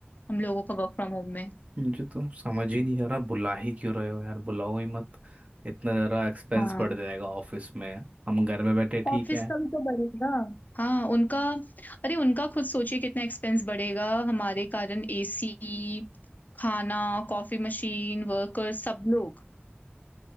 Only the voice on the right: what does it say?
मुझे तो समझ ही नहीं आ रहा बुला ही क्यों रहे हो यार बुलाओ ही मत इतना ज़रा एक्सपेंस
बढ़ जाएगा ऑफिस में हम घर में बैठे
ठीक है